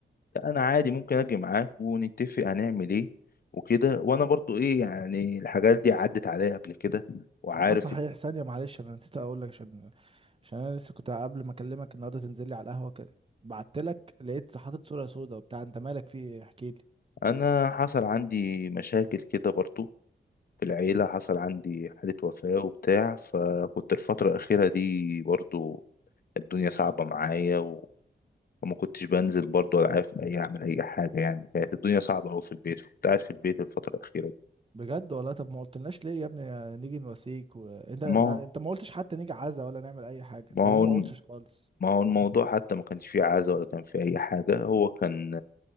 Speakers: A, on the left (about 50°); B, on the right (about 25°).
A: لا انا عادي ممكن اجي معاك ونتفق هنعمل ايه وكده وانا برضو ايه يعني الحاجات دي عدت عليا قبل كده وعارف
B: اه صحيح ثانيه معلش انا نسيت اقول لك عشان عشان انا لسه كنت قبل ما اكلمك النهارده تنزل لي على القهوه كده بعت لك لقيت حاطط صوره سودا وبتاع انت مالك في ايه احكي لي
A: انا حصل عندي مشاكل كده برضو في العيلة حصل عندي حالة وفاة وبتاع فكنت الفترة الأخيرة دي برضو الدنيا صعبة معايا و- وما كنتش بنزل برضو ولا عارف أي أعمل أي حاجة يعني كانت الدنيا صعبة أوي في البيت فكنت قاعد في البيت الفترة الأخيرة دي
B: بجد والله طب ما قلتلناش ليه يا ابني نيجي نواسيك وانت انت
A: ما
B: أنت ما قلتش حتى نيجي عزا ولا نعمل اي حاجه انت
A: ما
B: ليه
A: هو
B: ما
A: الم-
B: قلتش خالص
A: ما هو الموضوع حتى ما كانش فيه عزا ولا كان فيه أي حاجة هو كان